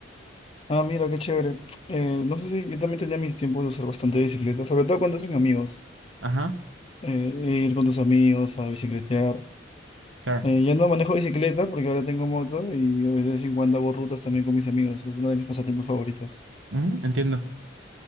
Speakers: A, on the left; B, on the right.
A: Ah, mira, qué chévere. Eh, no sé si yo también tenía mis tiempos de usar bastante bicicleta, sobre todo cuando hacen amigos.
B: Ajá,
A: Eh, ir con tus amigos a bicicletear.
B: claro.
A: Eh, ya no manejo bicicleta porque ahora tengo moto y de vez en cuando hago rutas también con mis amigos. Es uno de mis pasatiempos favoritos.
B: Ujú, Entiendo.